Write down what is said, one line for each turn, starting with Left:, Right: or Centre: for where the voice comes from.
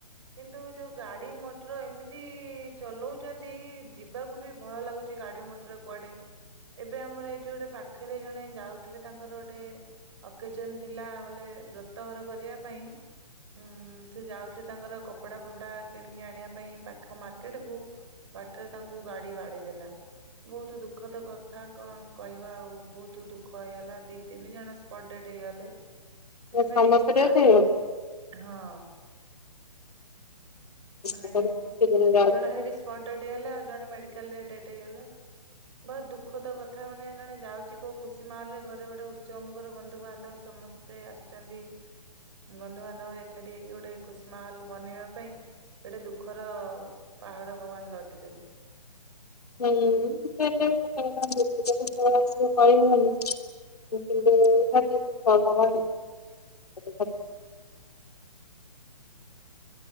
Right: କିନ୍ତୁ ଯୋଉ ଗାଡି ମଟର ଏମିତି ଚଲଉଚନ୍ତି ଯିବାକୁ ବି ଭୟ ଲାଗୁଛି ଗାଡି ମଟର କୁଆଡେ ଏବେ ଆମର ଏଇଠି ଗୋଟେ ପା ଖରେ ଜଣେ ଯାଉଥିଲେ ତାଙ୍କର ଗୋଟେ ଅକେଜନ ଥିଲା ବୋଲେ ବ୍ରତ ଘର କରିବା ପାଇଁ ଉଁ ସେ ଯାଉଥିଲେ ତାଙ୍କର କପଡା ଫପଡା କିଣିକି ଆଣିବା ପାଇଁ ପାଖ ମାର୍କେଟ କୁ ବାଟରେ ତାଙ୍କୁ ଗାଡି ବାଡେଇ ଦେଲା। ବୋହୁତ ଦୁଃଖଦ କଥା କଣ କହିବା ଆଉ ବୋହୁତ ଦୁଃଖ ହେଇଗଲା ଦିଇ ତିନି ଜଣ ସ୍ପଟ ଡେଡ୍ ହେଇଗଲେ। ସେଥିପାଇଁ
Left: ସମସ୍ତେ ଟିକେ
Right: ଗାଁରେ ହଁ
Left: ହେଇଗଲେ
Right: ମାନେ
Left: ଖୁସି ଦିନ
Right: ଦି
Left: ଯାଉଛି
Right: ଜଣ ହେଇଠି ସ୍ପଟ ଡେଡ ହେଇଗଲେ ଆଉ ଜଣେ ମେଡିକାଲ ରେ ଡେ ଏଇ ହେଲା ବହୁତ ଦୁଃଖତ କଥା ମାନେ ଜଣେ ଯାଉଛି କୋଉ ଖୁସି ମାହୋଲରେ ଘରେ ଗୋଟେ ଉତ୍ସବ ମୁଖର ବନ୍ଧୁବାନ୍ଧବ ସମସ୍ତେ ଆସିଛନ୍ତି, ବନ୍ଧୁବାନ୍ଧବ ଏକାଠି ହେଇକି ଗୋଟେ ଖୁସି ମାହୋଲ ବନେଇବା ପାଇଁ ଗୋଟେ ଦୁଃଖର ପାହାଡ ଭଗବାନ ଲଦିଦେଲେ।
Left: ହୁଁ ସେଇଆ କିନ୍ତୁ <inaudible>